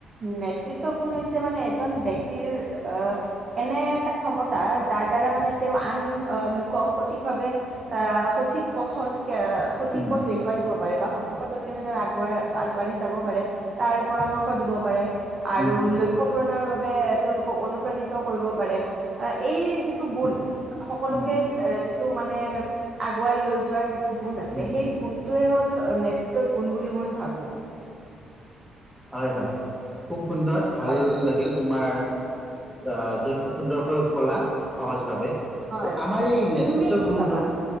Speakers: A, on the right (about 45°); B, in the centre.
A: নেতৃত্ব গুণ হৈছে মানে এজন ব্যক্তিৰ অ এনে এটা। ক্ষমতা, যাৰ দ্বাৰা মানে তেওঁ আন লোকক সঠিক ভাৱে আহ সঠিক পথত। সঠিক
B: উম
A: পথ দেখুৱাই দিব পাৰে, বা সঠিক পথত কেনেদৰে আগবঢ় আগবাঢ়ি যাব পাৰে। তাৰ পৰামৰ্শ দিব পাৰে, আৰু
B: উম উম
A: লক্ষ্ পূৰণৰ বাবে তেওঁলোকক অনুপ্ৰাণিত। কৰিব পাৰে এই যিটো গুণ সকলোকে।
B: উম
A: মানে আগুৱাই লৈ যোৱাৰ যিটো গুণ আছে
B: উম
A: সেই
B: উম
A: গুণটোয়ে হ'ল নেতৃত্বৰ। গুণ বুলি মই ভাবোঁ।
B: হয় হয়, খুব সুন্দৰ ভাল
A: হয়
B: লাগিল তোমাৰ। আহ, খুব সুন্দৰকৈ কলা সহজ ভাৱে।
A: হয়
B: আমাৰ এই নেতৃত্ব
A: তুমি কি
B: গুণটো,
A: ভাবা?